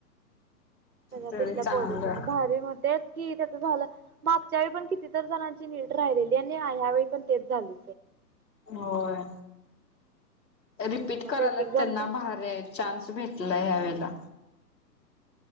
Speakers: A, on the right; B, on the left.
A: त्याच्या
B: तरी
A: तिथल्या
B: चांगलं
A: पोलिसांनी भारी होते? कि त्याच झालं मा मागच्या वेळी पण कितीतर जणांची नीट राहिलेली आणि ह ह्या वेळी पण तेच झाले.
B: होय
A: काय
B: रिपीट
A: नव्हच
B: करा
A: एक
B: करलयात
A: एक जण
B: त्यांना
A: तर
B: भारी हाय. चान्स भेटला ह्या वेळेला?